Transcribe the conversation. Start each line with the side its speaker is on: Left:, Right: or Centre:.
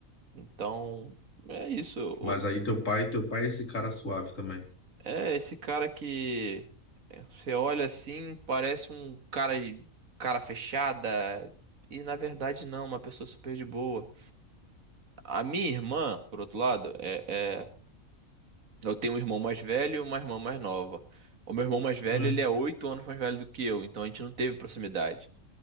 Right: Então, é isso.
Left: Mas aí teu pai, teu pai é esse cara suave também.
Right: É, esse cara que você olha assim, parece um cara de cara fechada, e na verdade não, uma pessoa super de boa. A minha irmã, por outro lado, é, é- eu tenho um irmão mais velho e uma irmã mais nova. O meu irmão mais velho,
Left: Hum,
Right: ele é oito anos mais velho do que eu, então a gente não teve proximidade.